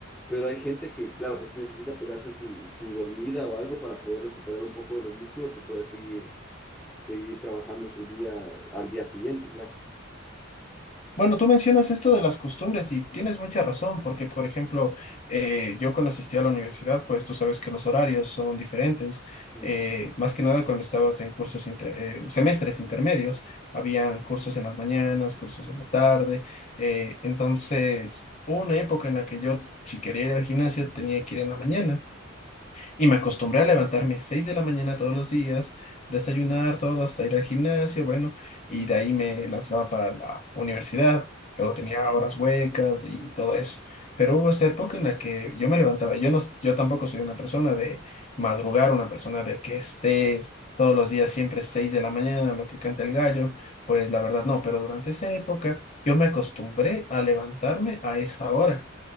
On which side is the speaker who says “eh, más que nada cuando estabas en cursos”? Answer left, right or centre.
Left